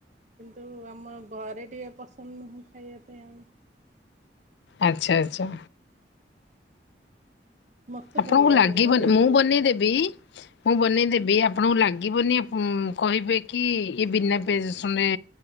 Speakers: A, on the right; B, on the left.
A: କିନ୍ତୁ ଆମ ଘରେ ଟିକେ ପସନ୍ଦ ନୁହଁ ଖାଇବା ପାଇଁ ଆଉ।
B: ଆଚ୍ଛା ଆଚ୍ଛା।
A: ମତେ
B: ଆପଣଙ୍କୁ
A: ଭଲ ଲାଗେ
B: ଲାଗି
A: ବିନା
B: ବ
A: ପିଆଜ
B: ମୁଁ
A: ରସୁଣ
B: ବନେଇ ଦେବି ମୁଁ ବନେଇ ଦେବି ଆପଣଙ୍କୁ ଲାଗି ଲାଗିବନି ଆପ ଉଁ କହିବେ କି ଇଏ ବିନା ପିଆଜ ରସୁନ ରେ